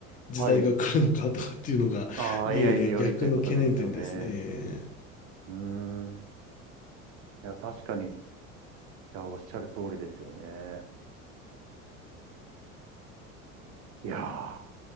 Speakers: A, on the left (about 20°); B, on the right (about 40°).
A: 時代が来るのかとかっていうのが、
B: はい。ああ、
A: いえいえ逆の懸念点ですね。
B: AI によりということですよね。うーん。いや、確かに。いや、おっしゃる通りですよね。いやー。